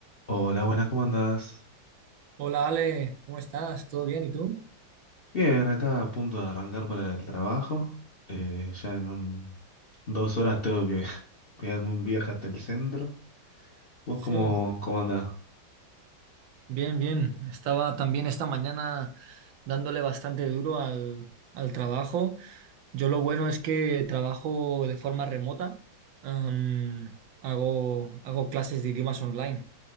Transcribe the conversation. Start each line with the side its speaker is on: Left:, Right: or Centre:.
Left: Hola, buena, ¿cómo andás?
Right: Hola Ale, ¿cómo estás? ¿Todo bien? ¿Y tú?
Left: Bien, acá a punto de arrancar para el trabajo. Eh, ya en un, dos horas tengo que <laughs> pegarme un viaje hasta el centro. ¿Vos
Right: Sí,
Left: cómo, cómo andás?
Right: bien, bien. Estaba también esta mañana dándole bastante duro al, al trabajo. Yo lo bueno es que trabajo de forma remota. Am, hago, hago clases de idiomas online,